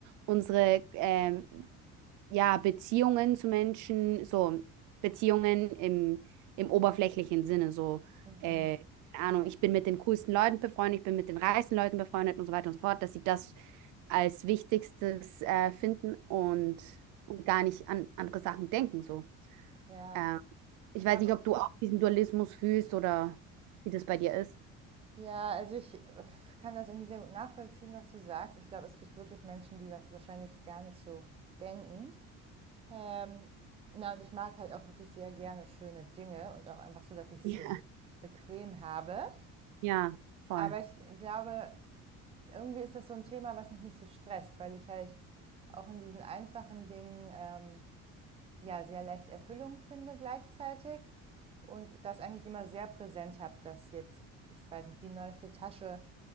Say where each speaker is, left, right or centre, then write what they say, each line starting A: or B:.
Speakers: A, on the right (about 75°); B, on the right (about 20°).
A: unsere äh, ja, Beziehungen zu Menschen, so Beziehungen im, im oberflächlichen Sinne, so,
B: mhm.
A: äh, keine Ahnung, ich bin mit den coolsten Leuten befreundet, ich bin mit den reichsten Leuten befreundet und so weiter und so fort, dass sie das als Wichtigstes äh, finden und, und gar nicht an andere Sachen denken, so.
B: ja.
A: Äh, ich
B: Ich
A: weiß
B: glaube,
A: nicht, ob du auch diesen Dualismus fühlst oder wie das bei dir ist.
B: ja, also ich äh, kann das irgendwie sehr gut nachvollziehen, was du sagst. Ich glaube, es gibt wirklich Menschen, die das wahrscheinlich gar nicht so denken. Ähm, na, und ich mag halt auch wirklich sehr gerne schöne Dinge und auch einfach so, dass ich es
A: <laughs> Ja,
B: so bequem habe.
A: ja, voll.
B: Aber ich glaube, irgendwie ist das so ein Thema, was mich nicht so stresst, weil ich halt auch in diesen einfachen Dingen ähm, ja sehr leicht Erfüllung finde gleichzeitig und das eigentlich immer sehr präsent habe, dass jetzt, ich weiß nicht, die neueste Tasche